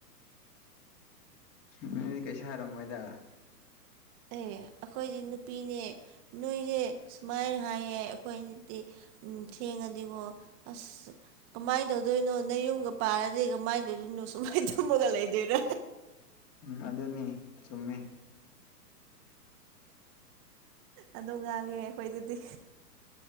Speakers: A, on the left; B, on the right.
A: ꯃꯤꯗꯤ ꯀꯩꯁꯨ ꯍꯥꯏꯔꯝꯃꯣꯏꯗ
B: ꯑꯦ ꯑꯩꯈꯣꯏꯁꯦ ꯅꯨꯄꯤꯅꯦ ꯅꯣꯏꯁꯦ ꯁꯨꯃꯥꯏꯅ ꯍꯥꯏꯌꯦ ꯑꯩꯈꯣꯏꯁꯤꯗꯤ ꯎꯝ ꯊꯦꯡꯉꯗꯤꯀꯣ ꯑꯁ ꯀꯃꯥꯏꯅ ꯇꯧꯗꯣꯏꯅꯣ ꯅꯪ ꯌꯨꯝꯒ ꯄꯥꯔꯗꯤ ꯀꯃꯥꯏꯅ ꯇꯧꯗꯣꯏꯅꯣ ꯁꯨꯂꯥꯏ ꯇꯨꯝꯃꯒ ꯂꯩꯗꯣꯏꯅꯣ
A: ꯎꯝ ꯑꯗꯨꯅꯤ ꯆꯨꯝꯃꯦ
B: ꯑꯗꯨꯣ ꯉꯥꯡꯉꯦ ꯑꯩꯈꯣꯏꯗꯗꯤ